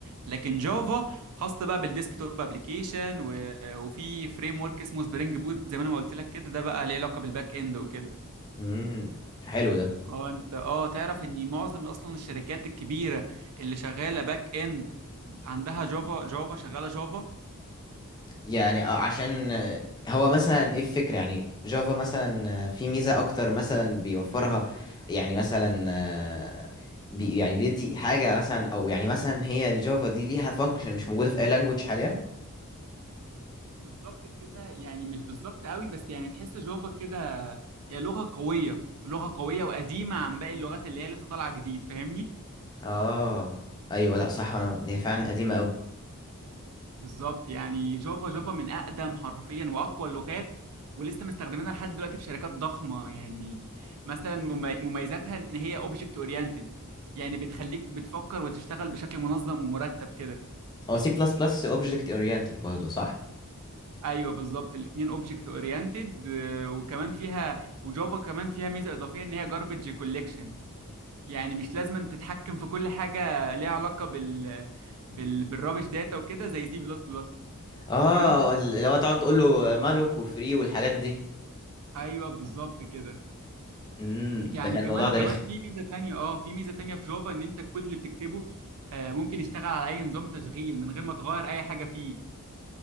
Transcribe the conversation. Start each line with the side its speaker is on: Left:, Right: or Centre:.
Right: لكن جافا خاصة بقى بالديسك توب ابلكيشن و... وفي فريم ورك اسمه سبرينج بوت زي ما انا ما قلت لك كده ده بقى ليه علاقة بالباك اند وكده
Left: امم حلو ده
Right: اه انت اه تعرف ان معظم اصلا الشركات الكبيره اللي شغاله باك اند عندها جافا جافا شغاله جافا
Left: يعني آه، عشان آه، هو مثلا ايه الفكره يعني جافا مثلا آه، في ميزه اكتر مثلا بيوفرها يعني مثلا آه، بي يعني بيدي حاجه مثلا او يعني مثلا هي الجافا دي ليها فانكشن مش موجوده في اي لانجوج حاليا
Right: بالظبط كده يعني مش بالظبط قوي بس يعني تحس جافا كده هي لغه قويه لغه قويه وقديمه عن باقي اللغات اللي هي لسه طالعه جديد فاهمني
Left: اه ايوه لا صح أنا- هي فعلا قديمه قوي
Right: بالظبط يعني جافا جافا من اقدم حرفيا واقوى اللغات ولسه مستخدمينها لحد دلوقتي في شركات ضخمه يعني مثلا ممي- مميزاتها ان هي اوبجكت اورينتد يعني بتخليك بتفكر وتشتغل بشكل منظم ومرتب كده
Left: هو سي بلس بلس اوبجكت اورينتد برضه صح
Right: ايوه بالظبط الاثنين اوبجكت اورينتد وكمان فيها وجافا كمان فيها ميزه اضافيه ان هي جاربج كوليكشن يعني مش لازم أن تتحكم في كل حاجه ليها علاقه بال بال بالرابش داتا وكده زي سي بلس بلس
Left: اه
Right: فهمت
Left: ال- اللي هو تقعد تقول له مالك وفري والحاجات دي
Right: ايوه بالظبط كده
Left: امم
Right: يعني
Left: ده كان
Right: كمان
Left: الموضوع ده
Right: كمان
Left: رخم
Right: في ميزه تانية اه في ميزه تانية في جافا ان انت الكود اللي بتكتبه آه، ممكن يشتغل على اي نظام تشغيل من غير ما تغير اي حاجه فيه